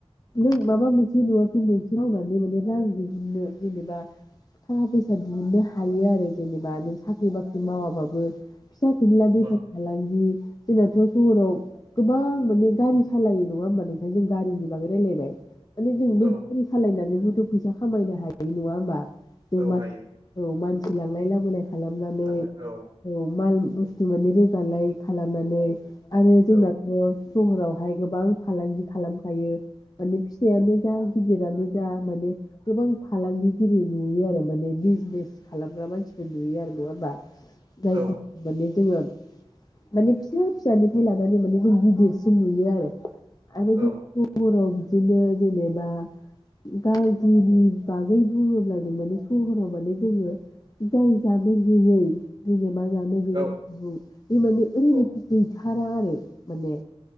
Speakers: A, on the left; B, on the right.
A: नों माबा मोनसे नङा <inaudible> मोनसे मावनानै माने रां दिहुननो जेनेबा थाखा फैसा दिहुननो हायो आरो जेनेबा नों साख्रि बाख्रि मावाबाबो फिसा फिनला बेफार
B: उम
A: फालांगि जोंनाथ' सहराव गोबां माने गारि सालायो नङा होमबा नोंथां जों गारिनि बागै रायलायबाय माने जोंबो
B: औ
A: सालायनानैबोथ' फैसा खामायनो हायो नङा ओमबा जों
B: औ
A: म
B: हायो
A: औ मानसि <unintelligible> लांनाय लाबोनाय खालामनानै
B: लांनो औ
A: औ माल बुस्थु माने रोगालाय खालामनानै आरो
B: औ
A: जोंनाथ' सहरावहाय गोबां फालांगि खालामखायो माने फिसायानो जा गिदिरानो जा माने गोबां फालांगिगिरि नुयो आरो माने बिजनेस खालामग्रा मानसिफोर नुयो आरो नङा होमबा <unintelligible> जोङो
B: औ
A: माने फिसा फिसानिफ्राय लानानै माने जों गिदिरसिम नुयो आरो आरो
B: औ
A: <unintelligible> बिदिनो जेनेबा गाज्रिनि बागै बुङोब्ला जों माने सहराव माने जोङो जाय जानो गैयै जेनेबा जानो गैयै
B: औ
A: सुबुं बे ओरैबायदि
B: औ
A: गैथ थारा आरो माने